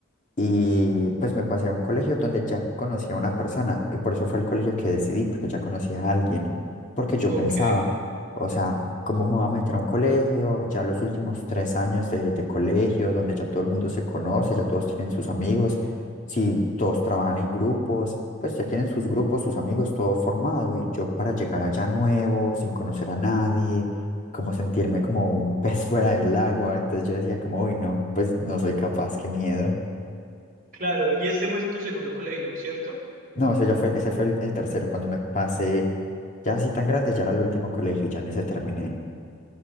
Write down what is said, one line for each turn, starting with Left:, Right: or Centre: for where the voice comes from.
Left: Y pues me pasé a un colegio donde ya conocía a una persona y por eso fue el colegio que decidí, porque ya conocía a alguien, porque yo
Right: ok,
Left: pensaba, o sea, ¿cómo me voy a meter a un colegio? Ya los últimos tres años de, de colegio, donde ya todo el mundo se conoce, ya todos tienen sus amigos, si todos trabajan en grupos, pues ya tienen sus grupos, sus amigos, todo formado y yo para llegar allá nuevo, sin conocer a nadie. como sentirme como un <laughs> pez fuera del agua, entonces yo decía como, uy, no, pues no soy capaz, qué miedo.
Right: claro. Y este fue tu segundo colegio, ¿cierto?
Left: No, ese ya fue, ese fue el, el tercero, cuando me pasé ya así tan grande, ya era el último colegio, ya en ese terminé.